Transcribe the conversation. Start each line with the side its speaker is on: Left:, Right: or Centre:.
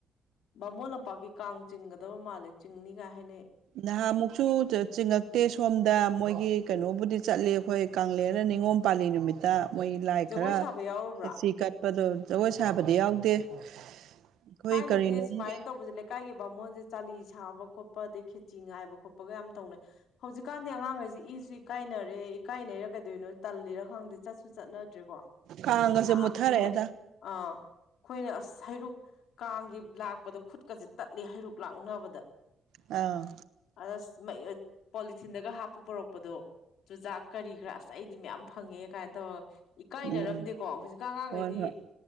Left: ꯕꯥꯃꯣꯟ ꯅꯄꯥꯛꯀꯤ ꯀꯥꯡ ꯆꯤꯡꯒꯗꯕ ꯃꯥꯜꯂꯦ ꯆꯤꯡꯅꯤ ꯀꯥ‌ ꯍꯥꯏꯅꯩ꯫
Right: ꯅꯍꯥꯃꯨꯛꯁꯨ ꯆꯤꯡꯉꯛꯇꯦ ꯁꯣꯝꯗ ꯃꯣꯏꯒꯤ ꯀꯩꯅꯣꯕꯨꯗꯤ ꯆꯠꯂꯤ ꯑꯩꯈꯣꯏ꯫ ꯀꯥꯡꯂ‌ꯦꯔ ꯅꯤꯉꯣꯝ ꯄꯥꯜꯂꯤ ꯅꯨꯃꯤꯠꯇ ꯃꯣꯏꯒꯤ ꯂꯥꯏ
Left: ꯖꯒꯣꯏ
Right: ꯈꯔ
Left: ꯁꯥꯕ ꯌꯥꯎꯔꯨꯕ꯭ꯔꯥ
Right: ꯈ‌ꯦꯆꯤ ꯀꯠ ꯄꯗꯣ ꯖꯒꯣꯏ ꯁꯥꯕꯗꯤ ꯌꯥꯎꯗꯦ꯫ ꯑꯩꯈꯣꯏ
Left: ꯊꯥꯏꯅꯗꯤ
Right: ꯀꯔꯤꯅꯣꯝꯒꯤ
Left: ꯁꯨꯃꯥꯏꯅ ꯇꯧꯕꯁꯦ ꯀꯥꯏꯒꯤ ꯕꯥꯃꯣꯟꯁꯦ ꯆꯥꯂꯤ ꯁꯥꯕ ꯈꯣꯠꯄ ꯑꯗꯩ ꯈꯦꯆꯤ ꯉꯥꯏꯕ ꯈꯣꯠꯄꯒ ꯌꯥꯝ ꯇꯧꯅꯩ ꯍꯧꯖꯤꯛꯀꯥꯟꯗꯤ ꯑꯉꯥꯡꯈꯩꯁꯤ ꯏꯁꯨ ꯏꯀꯥꯏꯅꯔꯦ ꯏꯀꯥꯏꯅꯩꯔ ꯀꯩꯗꯣꯏꯅꯣ ꯇꯜꯂꯤꯔ ꯈꯪꯗꯦ ꯆꯠꯁꯨ ꯆꯠꯅꯗ꯭ꯔꯦꯀꯣ
Right: ꯀꯥꯡꯒꯁꯦ
Left: ꯀꯅꯥꯝꯇ
Right: ꯃꯨꯠꯊꯔꯛꯑꯦꯗ
Left: ꯍꯦꯛ ꯑꯥ ꯑꯩꯈꯣꯏꯅ ꯑꯁ ꯍꯩꯔꯨꯛ ꯀꯥꯡꯒꯤ ꯂꯥꯛꯄꯗ ꯈꯨꯠꯀꯁꯦ ꯇꯠꯂꯤ ꯍꯩꯔꯨꯛ ꯂꯥꯛꯅꯕꯗ꯫
Right: ꯑꯧ
Left: ꯑꯗ ꯄꯣꯂꯤꯊꯤꯟꯗꯒ ꯍꯥꯞꯄ ꯄꯨꯔꯛꯄꯗꯣ ꯆꯨꯖꯥꯛ ꯀꯔꯤ ꯀꯔꯥ ꯑꯁ ꯑꯩꯗꯤ ꯃꯌꯥꯝ ꯐꯪꯉꯦ ꯀꯥꯏꯅ ꯇꯧꯔꯒ ꯏꯀꯥꯏꯅꯔꯝꯗꯦꯀꯣ
Right: ꯎꯝ
Left: ꯍꯧꯖꯤꯛꯀꯥꯟ ꯑꯉꯥꯡꯈꯩꯗꯤ
Right: ꯍꯣꯏ ꯍꯣꯏ